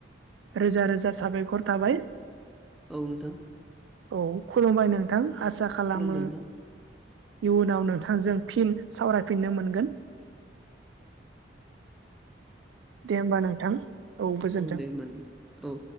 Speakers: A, on the right; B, in the centre.
A: रोजा रोजा साबायखर थाबाय।
B: औ नोंथां
A: औ खुलुमबाय नोंथां आसा खालामो
B: खुलुमबाय नोंथां
A: इयुनाव नोंथांजों फिन सावरायफिननो मोनगोन <inaudible> दे होमबा नोंथां औ गोजोन्थों
B: दे होमबा नोंथां औ